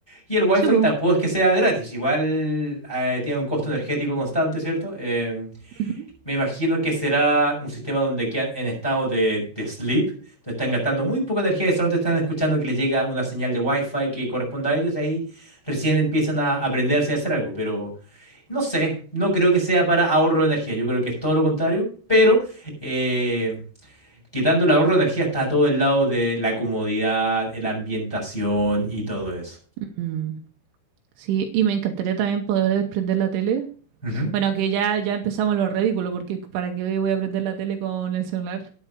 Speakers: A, in the centre; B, on the right.
A: y el Wi-Fi
B: Sí, po.
A: tampoco es que sea gratis, igual eh, tiene un costo energético constante, ¿cierto? Em,
B: Ujú,
A: me imagino que será un sistema donde quedan en estado de, de sleep, donde están gastando muy poca energía y solo te están escuchando que les llega una señal de Wi-Fi que corresponda a ellos, y ahí recién empiezan a aprenderse a hacer algo, pero... No sé, no creo que sea para ahorro de energía, yo creo que es todo lo contrario, pero eh, quitando el ahorro de energía está todo el lado de la comodidad, la ambientación y todo eso.
B: ujú. Mm, Sí, y me encantaría también poder desprender la tele
A: Ujú.
B: Bueno, que ya, ya empezamos lo ridículo, porque ¿para qué voy a prender la tele con el celular?